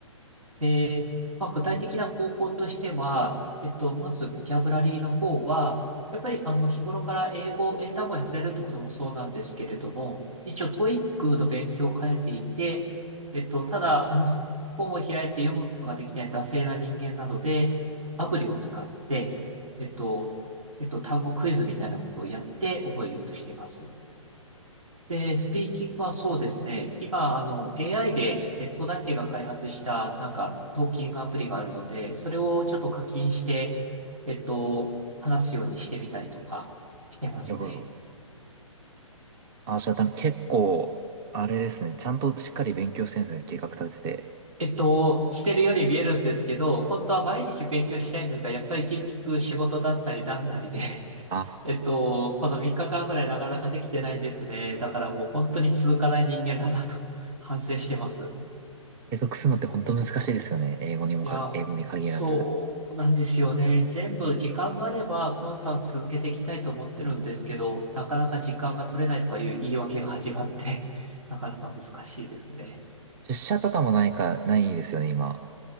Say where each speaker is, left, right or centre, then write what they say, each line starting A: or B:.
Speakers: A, on the right; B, on the right.
A: で、まあ、具体的な方法としては、
B: はい。
A: えっと、まずボキャブラリーの方は、やっぱりあの日頃から英語、英単語に触れるってこともそうなんですけれども、一応 TOEIC の勉強を兼ねていて、えっと、ただ、あの、本を開いて読むことができない惰性な人間なので、アプリを使って、えっと、えっと、単語クイズみたいなことをやって覚えようとしています。で、スピーキングはそうですね。今、あの、AI で、え東大生が開発した、なんか、トーキングアプリがあるので、それをちょっと課金して、えっと、話すようにしてみたりとか、してますね。
B: なるほど。あ、じゃあなんか結構、あれですね、ちゃんとしっかり勉強してるんですね、計画立てて。
A: えっと、してるように見えるんですけど、本当は毎日勉強したいんですが、やっぱり結局仕事だったりなんだりで、
B: あ、
A: <laughs> えっと、この3日間ぐらいなかなかできてないですね。だからもう本当に続かない人間だなと反省してます。
B: 継続するのって本当難しいですよね。
A: 本当に。
B: 英語にもか、
A: いや、
B: 英語に限らず。
A: そうなんですよね。全部時間があればコンスタント続けていきたいと思ってるんですけど、なかなか時間が取れないとかいう言い訳が始まって、<laughs> なかなか難しいですね。
B: 出社とかもないか、ないですよね、今。